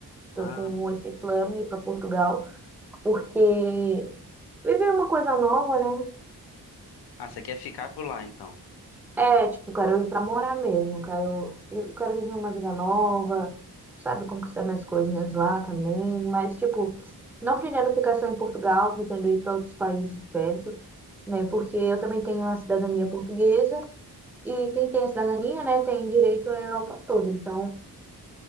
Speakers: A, in the centre; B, on the left.
A: Tô
B: Ah,
A: com
B: pô.
A: esse plano de ir para Portugal, porque viver é uma coisa nova, né?
B: ah, você quer ficar por lá então?
A: É, tipo, quero ir para morar mesmo, quero, eu quero viver uma vida nova, sabe, conquistar minhas coisinhas lá também, mas, tipo, não pretendo ficar só em Portugal, pretendo ir para outros países perto, né? Porque eu também tenho a cidadania portuguesa e quem tem a cidadania, né, tem direito à Europa toda, então,